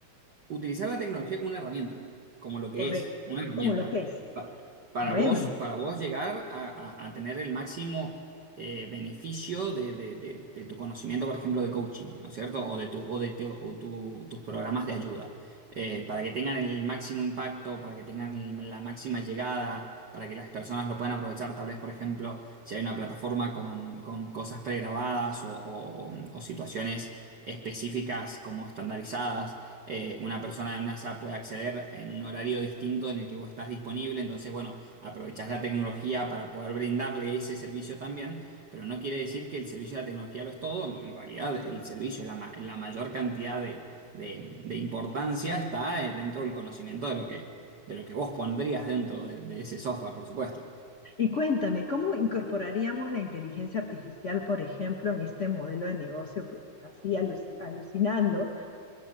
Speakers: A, on the right; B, on the left.
A: Utilizar la tecnología como una herramienta, como lo que
B: correcto,
A: es, una herramienta,
B: como lo que es.
A: pa- para
B: Bueno,
A: vos, para vos llegar a, a- a tener el máximo eh, beneficio de, de- de- de tu conocimiento, por ejemplo, de coaching, ¿no es cierto? O de, tu, o de te- o tu- tus programas de ayuda, eh, para que tengan el máximo impacto, para que tengan el- la máxima llegada, para que las personas lo puedan aprovechar, tal vez, por ejemplo, si hay una plataforma con, con cosas pregrabadas o o- o situaciones específicas como estandarizadas eh, una persona en una SAP puede acceder en un horario distinto en el que vos estás disponible. Entonces, bueno, aprovechás la tecnología para poder brindarle ese servicio también, pero no quiere decir que el servicio de la tecnología lo es todo. En realidad, el servicio, la, ma- la mayor cantidad de, de- de importancia está eh, dentro del conocimiento de lo que, de lo que vos pondrías dentro de de ese software, por supuesto.
B: y cuéntame, ¿cómo incorporaríamos la inteligencia artificial, por ejemplo, en este modelo de negocio que así alu- alucinando